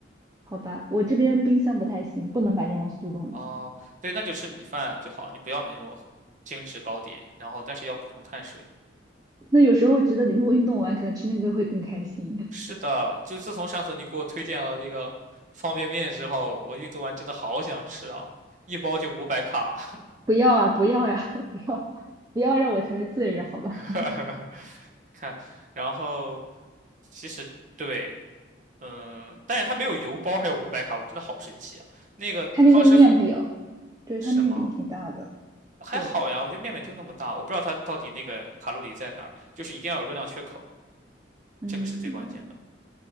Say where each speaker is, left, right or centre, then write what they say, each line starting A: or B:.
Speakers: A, on the right (about 20°); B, on the right (about 40°).
A: 好吧，我这边冰箱不太行，不能买那种速冻的。
B: 哦，对，那就吃米饭就好了你不要买那种精致糕点，然后但是要补充碳水。
A: 那有时候觉得你如果运动完，可能吃那个会更开心。<laughs>
B: 是的，就自从上次你给我推荐了那个方便面之后，我运动完真的好想吃啊，一包就五百卡。
A: 不要啊，不要呀、<laughs> 不要，不要让我成为罪人，好吧？
B: <laughs>
A: <laughs>
B: 看，然后其实对，嗯，但是它没有油包，还有五百卡，我真的好神奇啊！那个康师傅
A: 它那个面饼，对，
B: 是吗？
A: 它面饼挺大的，
B: 还好呀，
A: 对，
B: 我觉得面面就那么大，我不知道它到底那个卡路里在哪儿，就是一定要有热量缺口，
A: 嗯，
B: 这个是最关键的